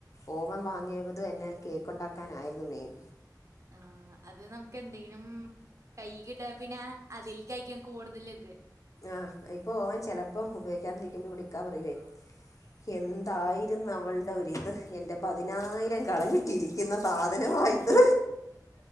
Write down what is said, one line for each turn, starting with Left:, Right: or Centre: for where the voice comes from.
Left: ഓവൻ വാങ്ങിയവത് തന്നെ കേക്കുണ്ടാക്കാനായിരുന്നു മെയിൻ
Right: ആഹ് അത് നമുക്ക് എന്തെങ്കിലും കൈയിൽ കിട്ടിയാ പിന്നെ അതിൽക്കായിക്കും കൂടുതൽ ഇത്
Left: ആഹ് ഇപ്പൊ ഓവൻ ചിലപ്പോം ഉപയോഗിക്കാതിരിക്കുമ്പോ ഇവിടെ ഇക്കാ പറയുവെ എന്തായിരുന്നു അവൾടെ ഒരിത് എൻ്റെ പതിനായിരം കളഞ്ഞിട്ട് ഇരിക്കുന്ന സാധനവാ ഇത്